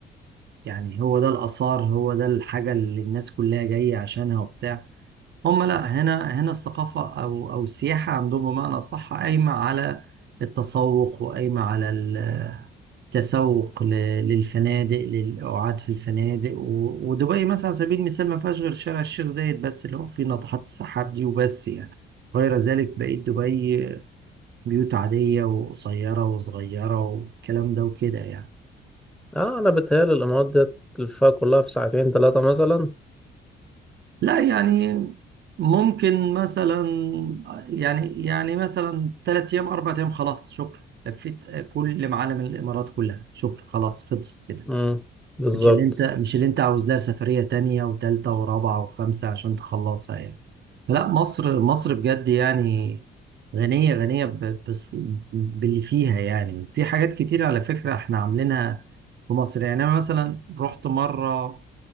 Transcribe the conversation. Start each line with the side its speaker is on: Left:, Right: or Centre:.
Right: يعني هو ده الآثار هو ده الحاجة اللي الناس كلها جاية عشانها وبتاع هم لا هنا هنا الثقافة أو أو السياحة عندهم بمعنى صح قايمة على التسوق وقايمة على ال- التسوق ل- للفنادق للقعاد في الفنادق و- ودبي مثلا على سبيل المثال ما فيهاش غير شارع الشيخ زايد بس اللي هو فيه ناطحات السحاب دي وبس يعني غير ذلك بقيت دبي بيوت عادية وقصيرة وصغيرة والكلام ده وكده يعني
Centre: اه انا بتهيألي الامارات ديت تلفها كلها في ساعتين ثلاثة مثلا
Right: لا يعني ممكن مثلا يعني يعني مثلا ثلاث ايام اربع ايام خلاص شكرا لفيت كل معالم الامارات كلها شكرا خلاص خلصت كده
Centre: امم بالظبط
Right: مش اللي انت مش اللي انت عاوز لها سفرية تانية وتالتة ورابعة وخمسة عشان تخلصها يعني فلا مصر مصر بجد يعني غنية غنية ب- بس باللي فيها يعني في حاجات كتير على فكرة احنا عاملينها في مصر يعني انا مثلا رحت مرة